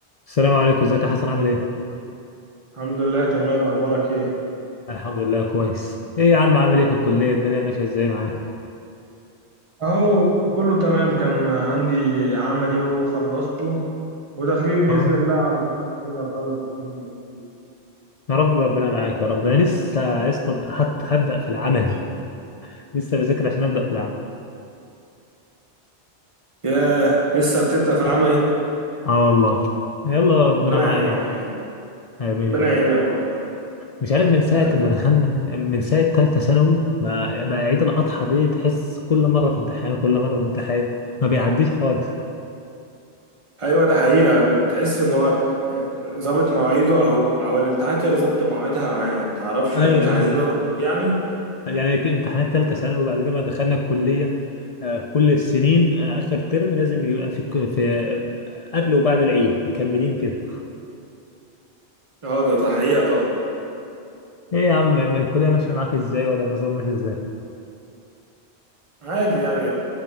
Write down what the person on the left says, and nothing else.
السلام عليكم ازيك يا حسن عامل ايه؟
الحمد لله كويس ايه يا عم عامل ايه في الكلية الدنيا ماشية ازاي معاك؟
اه
يا رب ربنا معاك يا رب ده انا لسه يا اسطى هت- هبدأ في العمل <laughs> لسه بذاكر عشان أبدأ في العمل
اه والله يلا ربنا
معانا
يا رب
آمين
يا رب
مش عارف من ساعة
ما دخلنا من ساعة تالتة ثانوي ما بقى عيد الأضحى دي تحس كل مرة في امتحان كل مرة في امتحان ما بيعديش خالص
ايوه
يعني كان امتحانات تالتة ثانوي وبعد كده بقى دخلنا الكلية آه، كل السنين آه، آخر ترم لازم يبقى في الك- في قبل وبعد العيد مكملين كده
ايه يا عم الكلية ماشية معاك ازاي ولا النظام ماشي ازاي